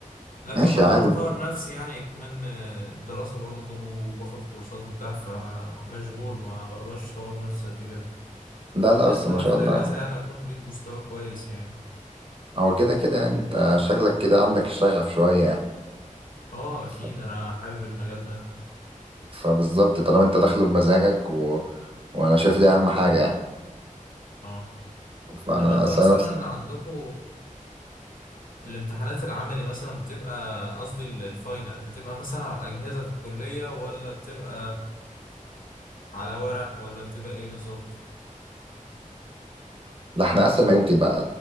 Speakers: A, on the left; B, on the right.
A: لكن
B: ماشي
A: بحاول
B: عادي
A: اطور نفسي يعني كمان آه، الدراسة برضو وباخد كورسات وبتاع فمشغول ما بقدرش اطور نفسي قد كده
B: لا
A: فبإذن
B: لا بس ما
A: الله
B: شاء
A: في
B: الله
A: الأجازة
B: يعني.
A: يعني أكون بقيت مستوى كويس يعني
B: هو كده كده يعني انت شغلك كده عندك الشغف شوية يعني
A: اه أكيد
B: ف-
A: أنا حابب المجال ده
B: فبالظبط طالما انت داخله بمزاجك و... وانا شايف دي اهم حاجة يعني
A: اه
B: فانا
A: طب أنت
B: أصل
A: مثلا
B: أنا نفس
A: عندكم الامتحانات العملي مثلا بتبقى قصدي ال- الفاينل بتبقى مثلا على الأجهزة في الكلية ولا بتبقى على ورق ولا بتبقى ايه بالظبط
B: لا احنا اسهل ما يمكن بقى